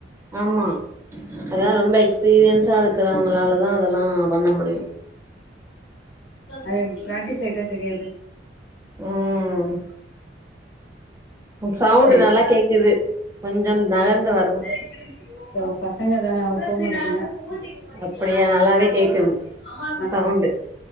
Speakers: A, on the right (about 15°); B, on the left (about 75°).
A: ஆமா அதெல்லா ரொம்ப எக்ஸ்பீரியன்ஸா இருக்கிறவங்களாலதா அதெல்லா பண்ண முடியு
B: அது பிராக்டிஸ் ஆயிட்டா தெரியாது
A: ம் சவுண்டு
B: சேர்
A: நல்லா
B: சேரி
A: கேக்குது கொஞ்சம் நகர்ந்து வரணு
B: இந்த ஒரு பசங்க தான அவங் போ மாட்டதுங்க போனீங்களா
A: அப்படியா
B: <unintelligible>
A: நல்லாவே கேக்குது
B: ஆமா
A: சவுண்டு